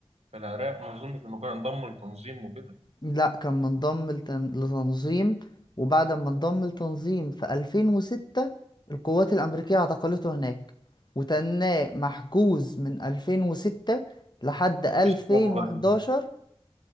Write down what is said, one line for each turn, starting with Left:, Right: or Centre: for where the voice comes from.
Right: في العراق ما أظنش إنه كان انضم لتنظيم وكده
Left: لا كان منضم لتن... لتنظيم وبعد ما انضم لتنظيم في 2006 القوات الأمريكية اعتقلته هناك وتناه محجوز من 2006 لحد 2011
Right: في إسلام غريب